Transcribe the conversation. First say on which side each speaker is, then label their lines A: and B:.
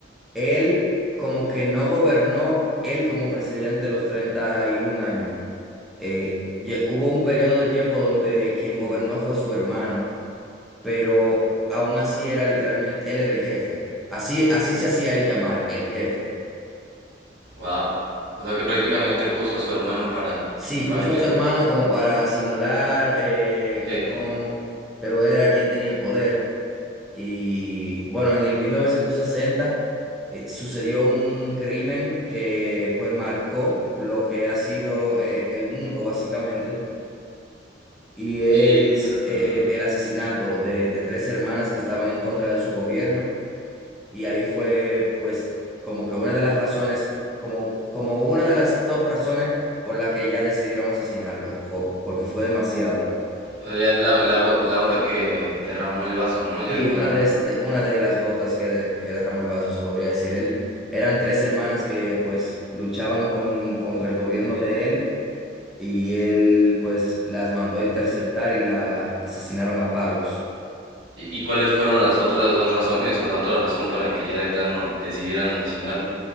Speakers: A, in the centre; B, on the right.
A: Él como que no gobernó, él como presidente los 31 años. Eh, lle- hubo un periodo de tiempo donde quien gobernó fue su hermano, pero aún así era literalmente, él era el jefe. Así, así se hacía él llamar, el jefe.
B: Wow. O sea que prácticamente puso a su hermano para,
A: Sí, puso
B: para que
A: a
B: él...
A: su hermano
B: pu-
A: como para simular eh, que
B: eh,
A: no,
B: claro.
A: pero él era quien tenía el poder. Y bueno, en el 1960 eh, sucedió un crimen que pues marcó lo que ha sido eh, el mundo básicamente, y es
B: Y... Ajá.
A: eh, eh, el asesinato de, de tres hermanas que estaban en contra de su gobierno, y ahí fue pues como que una de las razones, como, como una de las top razones por la que ya decidieron asesinarlo, fue, porque fue demasiado.
B: O sea, ya es la, la, go- la gota que derramó el vaso, ¿no? Ya
A: Sí,
B: de plano.
A: una de, de- una de las gotas que, de- que derramó el vaso, se podría decir. Él, eran tres hermanas que pues luchaban con, contra el gobierno de él y él pues las mandó a interceptar y la asesinaron a palos.
B: ¿Y, y cuáles fueron las otras dos razones o la otra razón para que ya de plano decidieran asesinarlo?